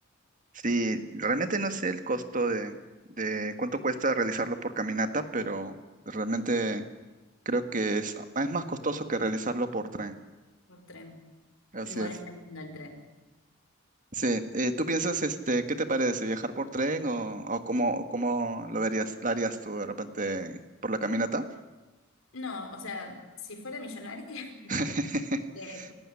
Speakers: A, on the right; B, on the left.
A: Sí, realmente no sé el costo de, de cuánto cuesta realizarlo por caminata, pero realmente creo que es, es más costoso que realizarlo por tren.
B: por tren.
A: Así
B: Igual
A: es.
B: está lindo el tren.
A: Sí, eh, ¿tú piensas, este, qué te parece, viajar por tren o, o cómo, cómo lo verías, lo harías tú de repente por la caminata?
B: No, o sea, si fuera millonaria,
A: <laughs>
B: <laughs> eh,